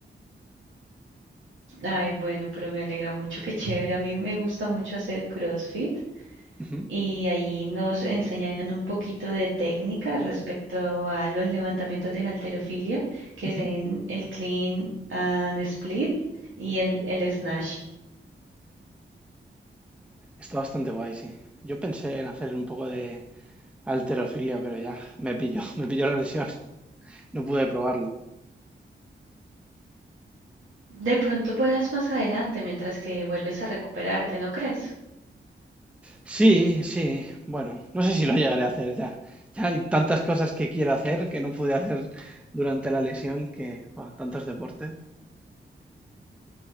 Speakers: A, on the right; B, in the centre.
A: Ay, bueno, pero me alegra mucho, qué chévere, a mí me gusta mucho hacer CrossFit.
B: Ujú,
A: y ahí nos enseñan un poquito de técnica respecto a los levantamientos de halterofilia, que
B: ujú.
A: es en el clean and split y en el snatch.
B: Está bastante guay, sí. Yo pensé en hacer un poco de alterofilia, pero ya me pilló, <laughs> me pilló la lesión. <laughs> No pude probarlo.
A: De pronto puedas más adelante mientras que vuelves a recuperarte, ¿no crees?
B: Sí, sí. Bueno, no sé si lo llegaré a hacer ya. Ya hay tantas cosas que quiero hacer que no pude hacer durante la lesión que, buah, tantos deportes.